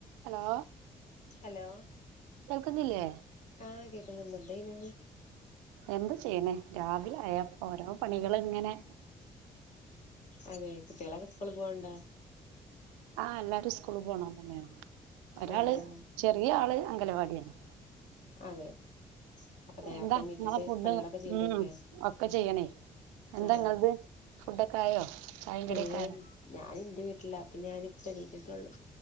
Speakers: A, on the right; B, on the left.
A: Hello
B: hello
A: കേൾക്കുന്നില്ലേ.
B: ആഹ് കേക്കുന്നുണ്ട് എന്തെയ്യ്ണ്
A: എന്ത് ചെയ്യ്ണ്? രാവിലായാ ഓരോ പണികളിങ്ങനെ,
B: അതെ. കുട്ടികളൊക്കെ സ്കൂളി പോണൊണ്ടോ?
A: ആഹ് എല്ലാരും സ്കൂള് പോണോരന്നെയാണ്. ഒരാള്
B: ആഹ് ആഹ്
A: ചെറിയാള് അംഗലവാടിയാണ്
B: അതെ. അപ്പൊ നേരത്തെ
A: എന്താ
B: എണീറ്റിട്ട്
A: നിങ്ങളെ ഫുഡ്
B: പണികളൊക്കെ ചെയ്യെണ്ടിവരില്ലേ?
A: ഉം ഒക്കെ ചെയ്യണേ എന്താ
B: അ
A: നിങ്ങളത് ഫുഡൊക്കെ ആയോ ചായയും
B: ആ
A: കടിയൊക്കെ
B: ഏയ്
A: ആയോ
B: ഞാൻ ഇന്റെ വീട്ടിലാ. പിന്നെ ഞാനിപ്പ ണീറ്റിട്ടേള്ളു.